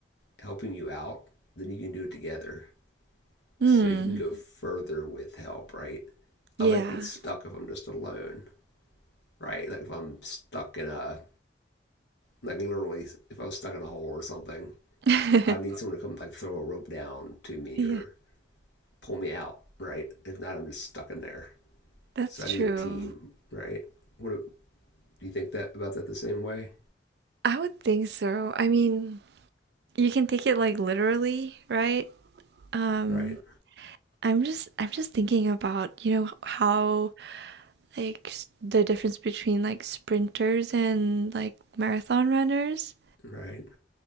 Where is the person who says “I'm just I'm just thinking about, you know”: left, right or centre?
Right